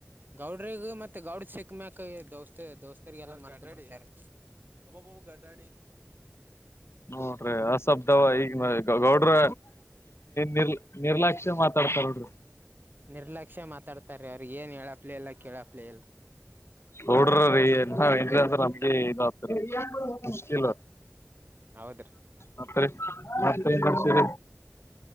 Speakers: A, on the right (about 45°); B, on the left (about 65°).
A: ಗೌಡ್ರಗ ಮತ್ತೆ ಗೌಡ್ ಸಿ ಸಿಕ್ಕ್ ಮ್ಯಾಕ್ ದೋಸ್ತ ದೋಸ್ತರಿಗೆಲ್ಲ ಮರ್ತ ಬಿಟ್ಟಾರಿ. ಅಬೋಬೋ ಗ ಅಡ್ಯಾಡಿ.
B: ನೋಡ್ರಿ ಆ ಶಬ್ದವ ಈಗ ಗೌಡ್ರ ನಿರ್ಲ ನಿರ್ಲಕ್ಷ್ಯ ಮಾತಾಡ್ತಾರ ನೋಡರಿ.
A: ನಿರ್ಲಕ್ಷ್ಯ ಮಾತಾಡ್ತಾರೀ ಅವ್ರರಿಗ್ ಏನ್ ಹೇಳಪ್ಲ ಇಲ್ಲ ಕೇಳಪ್ಲೇ ಇಲ್ಲ.
B: ನೋಡ್ರ ರೀ ಎ ಅಂದ್ರ ನಮ್ಗೆ
A: ಹ್ಮ್
B: ಇದ ಆಗ್ತರಿ ಮುಶ್ಕಿಲ್.
A: ಹೌದ ರೀ.
B: ಮತ್ತ ರಿ ಮತ್ ಏನ್ ನಡಶೇರಿ. <inaudible> <inaudible>